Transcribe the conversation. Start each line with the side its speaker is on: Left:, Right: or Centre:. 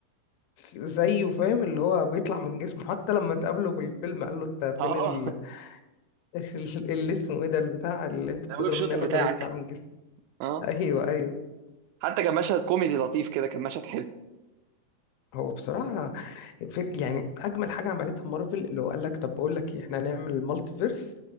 Left: زيه فاهم اللي هو بيطلع من جسمه حتى لما تقابله في الفيلم قال له انت فين
Right: اه
Left: ال...
Right: <laughs>
Left: <laughs> اللي اسمه ايه ده البتاع اللي انت بتضرب
Right: آه. الويب شوتر
Left: منه قال له
Right: بتاعك
Left: ده بيطلع من جسمه
Right: اه
Left: ايوه ايوه
Right: حتى كان مشهد كوميدي لطيف كده كان مشهد حلو
Left: هو بصراحه في- يعني اجمل حاجه عملتها مارفل اللي هو قال لك طب بقول لك إيه، احنا هنعمل مالتي فيرس